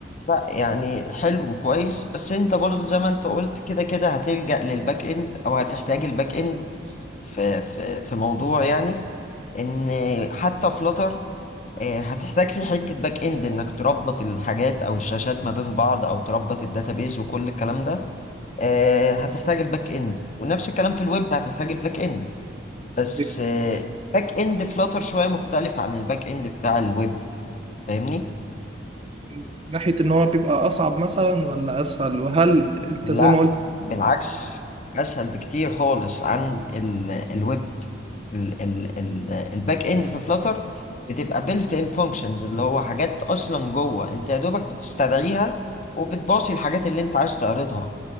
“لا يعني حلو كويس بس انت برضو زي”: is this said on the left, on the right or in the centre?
Left